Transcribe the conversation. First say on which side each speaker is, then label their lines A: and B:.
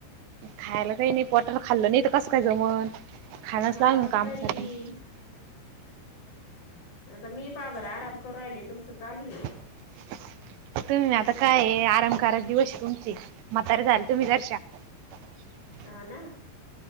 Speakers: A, on the right; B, on the left.
A: खायला काही नाही पोटाला खाल्ल नाही तर कसं काय जमन खायलाच
B: हा
A: लागन
B: पण
A: कामासाठी.
B: तरी बी आता मी बाभर आराम करू राहिले तुमचं चालू आहे.
A: <inaudible> तुम्ही आता काय ये, आराम करा चे दिवस ये तुमचे मातार झाली तुम्ही जराशा. <inaudible>
B: आ ना